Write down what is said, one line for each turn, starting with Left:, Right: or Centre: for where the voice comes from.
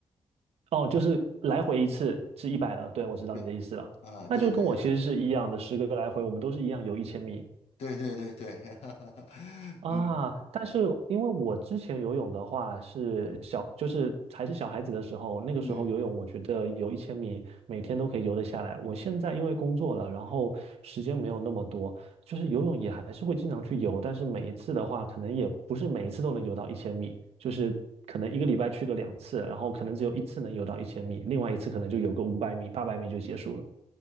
Right: 哦，就是来回一次是一百了。对，我知道你的意思了，
Left: 对，啊，对对
Right: 那就跟我其实是一样的，十个来回我们都是一样游一千米，
Left: 对对对对对，<laughs>
Right: 啊，
Left: 嗯
Right: 但是因为我之前游泳的话是小，就是还是小孩子的时候，那个时候游泳，
Left: 嗯。
Right: 我觉得游一千米每天都可以游得下来。我现在因为工作了，然后时间没有那么多，就是游泳也还是会经常去游，但是每一次的话，可能也不是每一次都能游到一千米，就是可能一个礼拜去个两次，然后可能只有一次能游到一千米，另外一次可能就游个五百米、八百米就结束了。